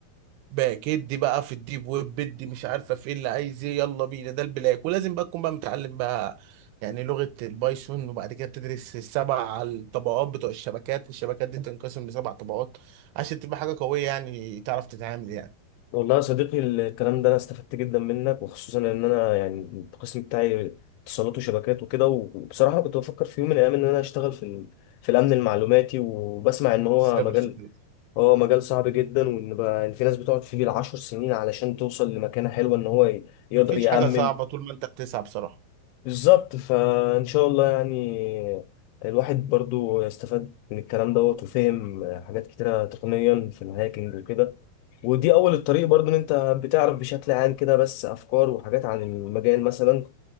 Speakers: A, on the right (about 80°); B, on the left (about 85°).
A: باك ادي بقى في الديب ويب بدي مش عارفه في ايه اللي عايز ايه يلا بينا ده البلاك ولازم بقى تكون بقى متعلم بقى يعني لغه البايثون وبعد كده بتدرس السبع الطبقات بتوع الشبكات والشبكات دي تنقسم لسبع طبقات عشان تبقى حاجه قويه يعني تعرف تتعامل يعني
B: والله يا صديقي الكلام ده انا استفدت جدا منك وخصوصا ان انا يعني القسم بتاعي اتصالات وشبكات وكده وبصراحه أنا كنت بفكر في يوم من الايام ان انا اشتغل في ال- في الامن المعلوماتي وبسمع ان هو
A: سايبر
B: مجال
A: سكيورتي
B: هو مجال صعب جدا وان بقى إن في ناس بتقعد فيه بالعشر سنين علشان توصل لمكانه حلوه ان هو ي- يقدر
A: مفيش
B: يأمن
A: حاجه صعبه طول ما انت بتسعى بصراحه
B: بالظبط فإن شاء الله يعني الواحد برضو استفاد من الكلام دوت وفهم حاجات كتيرة تقنيا في الهاكينج وكده ودي أول الطريق برضو إن أنت بتعرف بشكل عام كده بس أفكار وحاجات عن المجال مثلا